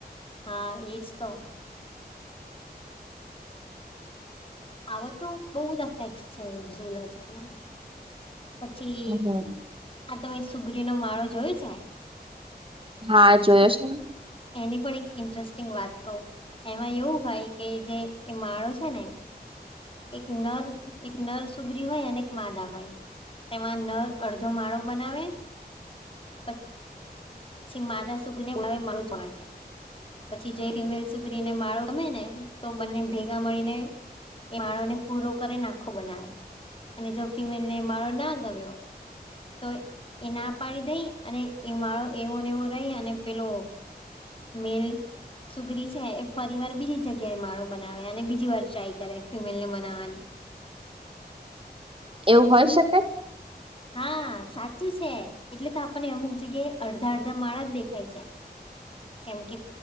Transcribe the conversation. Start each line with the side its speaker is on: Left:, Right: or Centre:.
Left: હા એજ તો આવ તો બોવ બધા ફેકસ છે ઝોલા ચોમા પછી
Right: હમ
Left: આ તમે સુગરીનો માળો જોયો છે.
Right: હા જોયો છેને
Left: એની પણ એક ઇન્ટરેસ્ટિંગ વાત કવ એમાં એવું હોય કે જે એ માળો છે ને એક નર એક નરસુગરી હોય અને એક માદા હોય તેમાં નર અડધો માળો બનાવે પ છી માદા સુગ ને બોલાવે મળો જોવા માટે પછી જો ફિમેલ સુધરીને માળો ગમે ને તો બને ભેગા મળીને એ માળોને પૂરો કરી નાખો બનાવે અને જો ફિમેલ ને માળો ના ગમ્યો તો એ ના પાડી દઈ અને એ માળો એવો ને એવો રહી અને પેલો મેલ સુગરી છે એ ફરી વાર બીજી જગ્યાએ માળો બનાવે અને બીજી વાર ટ્રાય કરે ફિમેલને મનાવાની
Right: <inaudible> એવું હોય શકે.
Left: હા સાચું છે એટલે તો આપણને અમુક જગ્યાએ અડધા અડધા માળા જ દેખાય છે. કેમ કે